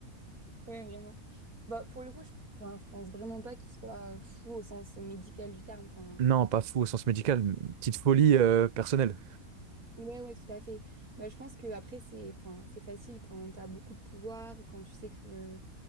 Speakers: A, on the right; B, on the right.
A: Ouais, vraiment. Bah, pour le coup, je, enfin, je pense vraiment pas qu'il soit euh, fou au sens médical du terme. Enfin,
B: Non, pas fou au sens médical, une petite folie euh, personnelle.
A: Ouais, ouais, tout à fait. Bah, je pense que après c'est enfin, c'est facile quand tu as beaucoup de pouvoir, quand tu sais que